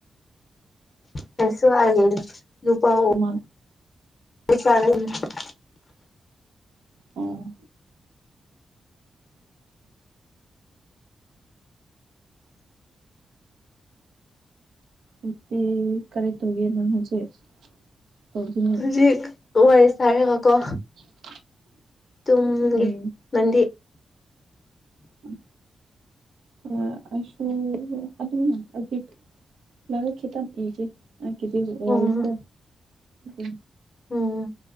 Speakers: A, on the left; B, on the right.
A: ꯀꯁ ꯍꯥꯏ ꯅꯨꯄꯥ
B: ꯃꯥ
A: ꯆ <unintelligible>
B: ꯑꯣ ꯅꯨꯄꯤ ꯈꯔ ꯊꫭꯡꯉꯦꯕ ꯍꯧꯖꯤꯛ ꯇꯧꯒꯅꯤ
A: ꯍꯧꯖꯤꯛ ꯋꯥꯔꯤ ꯁꯥꯔꯒꯀꯣ
B: <unintelligible>
A: ꯇꯨꯝꯒꯦ
B: ꯎꯝ
A: ꯅꯪꯗꯤ
B: ꯎꯝ ꯑ ꯑꯩꯁꯨ ꯑꯗꯨꯝꯅ ꯍꯧꯖꯤꯛ ꯂꯥꯏꯔꯤꯛ ꯈꯤꯇꯪ ꯏꯒꯦ ꯑꯩꯒꯤꯗꯤ
A: ꯑꯣ
B: ꯋꯥꯠꯂꯤꯀꯣ ꯑꯗꯨ
A: ꯎꯝ